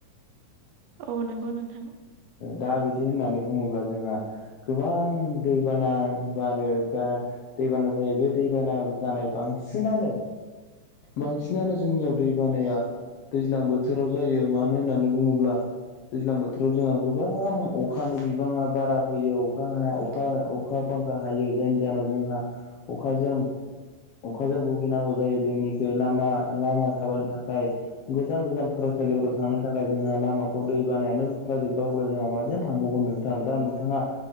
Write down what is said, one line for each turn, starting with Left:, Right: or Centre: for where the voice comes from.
Right: औ नंगौ नोंथां
Left: दा बिदि होननानै बुङोब्ला जोंहा गोबां दैबाना बारो बा दैबाना जायो बे दैबाना जानाय बां सिनानो बांसिनानो जोंनियाव दै बानाया दैज्लां बोथोराव जायो मानो होननानै बुङोब्ला दैज्लां बोथोराव जोंहा गोबां अखानि बिबाङा बारा फैयो अखा हाया अखा अखा अखा बांखा हायो जायनि जाहोनाव जोंहा अखाजों अखाजों भुगिनांगौ जायो जोंनिखै लामा लामा थाबायनो थाखाय गोजान गोजान फरायसालिफोराव थांनो थाखाय जोंहा लामाखौ दै बानायानो खुरखा जोब्बाय अब्ला जोंहा माजों थांबावगोन नोंथां दा नोंथाङा